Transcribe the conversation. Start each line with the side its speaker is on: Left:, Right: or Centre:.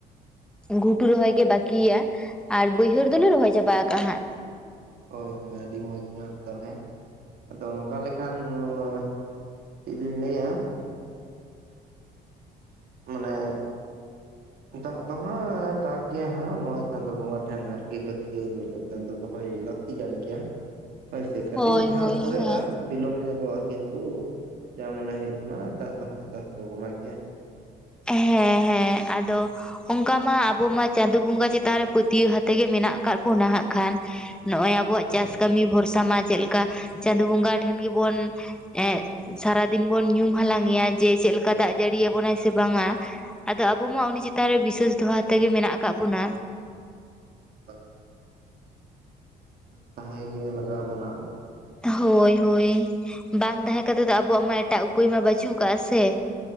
Centre: ᱜᱷᱩᱴᱩ ᱨᱚᱦᱚᱭ ᱜᱮ ᱵᱟᱠᱤᱭᱟ ᱟᱨ ᱵᱟᱹᱭᱦᱟᱹᱲ ᱫᱚᱞᱮ ᱨᱚᱦᱚᱭ ᱪᱟᱵᱟ ᱟᱠᱟᱜ ᱦᱟᱸᱜ᱾
Right: ᱦᱳᱭ ᱦᱳᱭ ᱟᱹᱰᱤ ᱢᱚᱡᱽ ᱜᱮ ᱦᱟᱸᱜ ᱛᱟᱦᱚᱞᱮ ᱟᱫᱚ ᱚᱱᱠᱟ ᱞᱮᱠᱷᱟᱱ ᱱᱚᱣᱟ ᱪᱮᱫ ᱞᱤᱧ ᱞᱟᱹᱭᱟ᱾ ᱢᱟᱱᱮ ᱫᱟᱜ ᱫᱚ ᱦᱟᱸᱜ ᱫᱟᱜ ᱜᱮᱭᱟ ᱦᱟᱸᱜ ᱱᱚᱣᱟ ᱪᱟᱸᱫᱳ ᱵᱚᱸᱜᱟ ᱴᱷᱮᱱ ᱟᱨᱠᱤ ᱯᱟᱹᱛᱭᱟᱹᱣ ᱫᱚ ᱩᱱᱟᱹᱜ ᱜᱟᱱ ᱫᱚ ᱫᱚᱦᱚ ᱦᱩᱭ ᱠᱟᱱᱟ᱾ ᱞᱟᱹᱠᱛᱤ ᱠᱟᱱ ᱜᱮᱭᱟ ᱦᱳᱭᱥᱮ ᱠᱟᱹᱴᱤᱡ
Centre: ᱦᱳᱭ
Right: ᱦᱟᱸᱜ
Centre: ᱦᱳᱭ
Right: ᱯᱚᱨᱮᱜᱼᱟ
Centre: ᱦᱮᱸ
Right: ᱾ ᱵᱤᱞᱚᱢ ᱧᱚᱜᱚᱜᱼᱟ ᱠᱤᱱᱛᱩ ᱡᱟ ᱢᱚᱱᱮ ᱦᱩᱭᱩᱜ ᱠᱟᱱᱟ ᱪᱟᱥ ᱫᱚ ᱦᱟᱸᱜ ᱪᱟᱥ ᱪᱚ ᱵᱚᱱ ᱜᱮᱭᱟ᱾
Centre: ᱦᱮᱸ ᱦᱮᱸ ᱟᱫᱚ ᱚᱱᱠᱟ ᱢᱟ ᱟᱵᱚ ᱢᱟ ᱪᱟᱸᱫᱳ ᱵᱚᱸᱜᱟ ᱪᱮᱛᱟᱱ ᱨᱮ ᱯᱟᱹᱛᱭᱟᱹᱣ ᱟᱛᱮ ᱜᱮ ᱢᱮᱱᱟᱜ ᱟᱠᱟᱜ ᱵᱚᱱᱟ ᱦᱟᱸᱜ ᱠᱷᱟᱱ᱾ ᱱᱚᱜᱼᱚᱭ ᱟᱵᱚᱣᱟᱜ
Right: ᱦᱳᱭ
Centre: ᱪᱟᱥ ᱠᱟᱹᱢᱤ ᱵᱷᱚᱨᱥᱟ ᱢᱟ ᱪᱮᱫ ᱞᱮᱠᱟ ᱪᱟᱸᱫᱳ ᱵᱚᱸᱜᱟ ᱴᱷᱮᱱ ᱜᱮ ᱵᱚᱱ ᱮᱸ ᱥᱟᱨᱟ ᱫᱤᱱ ᱵᱚᱱ ᱧᱩᱢ ᱦᱟᱞᱟᱝ ᱮᱭᱟ ᱡᱮ ᱪᱮᱫ ᱞᱮᱠᱟ ᱫᱟᱜ ᱡᱟᱹᱲᱤ ᱟᱵᱚᱱᱟᱭ ᱥᱮ ᱵᱟᱝᱟ ᱟᱫᱚ ᱟᱵᱚ ᱢᱟ ᱩᱱᱤ ᱪᱮᱛᱟᱱ ᱨᱮ ᱵᱤᱥᱟᱹᱮᱥ ᱫᱚᱦᱟ ᱟᱛᱮᱜᱮ ᱢᱮᱱᱟᱜ ᱟᱠᱟᱫ ᱵᱚᱱᱟ᱾
Right: <unintelligible> ᱛᱟᱦᱮᱸ ᱜᱮ ᱞᱟᱜᱟᱣ ᱟᱵᱚᱱᱟ᱾
Centre: ᱦᱳᱭ ᱦᱳᱭ ᱾ ᱵᱟᱝ ᱛᱟᱦᱮᱸ ᱠᱟᱛᱮᱜ ᱫᱚ ᱟᱵᱚᱣᱟᱜ ᱢᱟ ᱮᱴᱟᱜ ᱩᱯᱟᱹᱭ ᱢᱟ ᱵᱟᱪᱩᱜ ᱠᱟᱜᱼᱟ ᱥᱮ ᱾